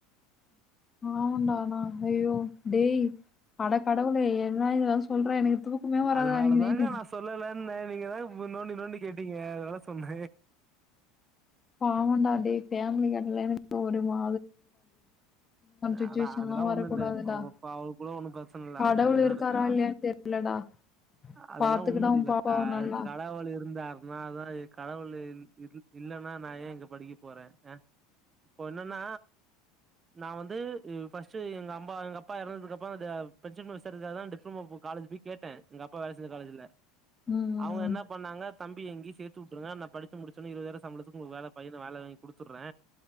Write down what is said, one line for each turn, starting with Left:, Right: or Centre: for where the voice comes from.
Left: பாவொண்டா ஆனா ஐயோ டேய் அட கடவுளே எல்லா எலா சொல்றா எனக்கு தூக்கமே வராதுடா
Right: அதனால
Left: அன்னைக்கு
Right: தாங்க
Left: நைட்டு.
Right: நா சொல்லல ன்ன நீங்க தா நோண்டி நோண்டி கேட்டீங்க அதனால சொன்ன
Left: பாவொண்டா டேய் ஃபேமிலிக்காட்டிலா எனக் கு ஒரு மா சிச்சுவேஷன்லாம்
Right: அட அதுல்லா ஒண்ணு
Left: வரக்கூடாதுடா.
Right: இல்ல இப்பப்ப அவ கூட ஒண்ணும் ப்ரச்சன இல்ல
Left: கடவுள்
Right: அவ ஜாலியதா
Left: இருக்காரா
Right: இருக்கா
Left: இல்லையான்னு தெரியலடா
Right: அதெல்லா
Left: பாத்துக்கடா
Right: ஒன்னு
Left: உன்
Right: இல்ல
Left: பாப்பாவ
Right: ஆ
Left: நல்லா
Right: அத்துக்கடவுள் இருந்தார் நா அதா இ கடவுள் இல் இல் இல்லன்னா நா ஏ இங்க படிக்க போற இப்ப ஒன் ணண்ணா நா வந்து ம், ஃபர்ஸ்ட் எங்க அம்மா எங்க அப்பா எறந்ததுக்கு அப்பறோ அந்த பென்ஷன் பணம் விசாரிக்கறத்துக்காக டிப்ளமோ காலேஜ்ல போய் கேட்ட எங்க அப்பா வேலை செஞ்ச காலேஜ்ல
Left: ம்
Right: அவங்க என்ன பண்ணாங்க தம்பி இங்யே சேத்து விட்டுருங்க நா படிச்சு முடிச்சோன்ன இருபாதாயிரம் சம்பளத்துக்கு உங்களுக்கு வேல பையனுக்கு வேலை வாங்கி குடுத்துட்றே